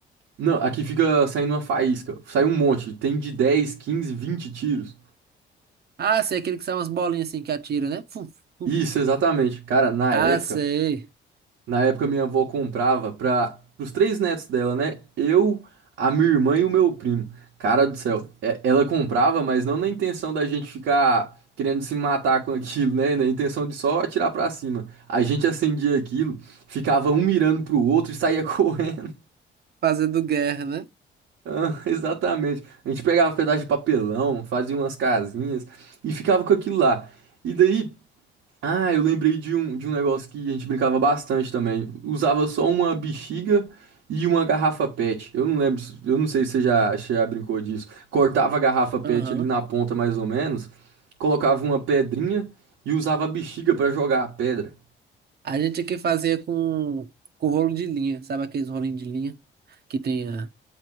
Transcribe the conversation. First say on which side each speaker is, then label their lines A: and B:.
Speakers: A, on the right; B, on the right.
A: Não, aqui fica saindo uma faísca, sai um monte, tem de 10, 15, 20 tiros.
B: Ah, sei, aquele que sai umas bolinhas assim que atira, né? Fuf, fuf.
A: Isso, exatamente. Cara, na
B: Ah,
A: época
B: sei.
A: Na época, minha avó comprava para os três netos dela, né? Eu, a minha irmã e o meu primo. Cara do céu, é- ela comprava, mas não na intenção da gente ficar querendo se matar com aquilo, né? Na intenção de só atirar pra cima. A gente acendia aquilo, ficava um mirando pro outro e saía <laughs> correndo.
B: Fazendo guerra, né?
A: Ah, Exatamente. A gente pegava pedaço de papelão, fazia umas casinhas e ficava com aquilo lá. E daí. Ah, eu lembrei de um, de um negócio que a gente brincava bastante também. Usava só uma bexiga e uma garrafa PET. Eu não lembro, se- eu não sei se você já, se já brincou disso. Cortava a garrafa PET
B: Aham.
A: ali na ponta, mais ou menos, colocava uma pedrinha e usava a bexiga pra jogar a pedra.
B: A gente aqui fazia com, com rolo de linha, sabe aqueles rolinhos de linha que tem a.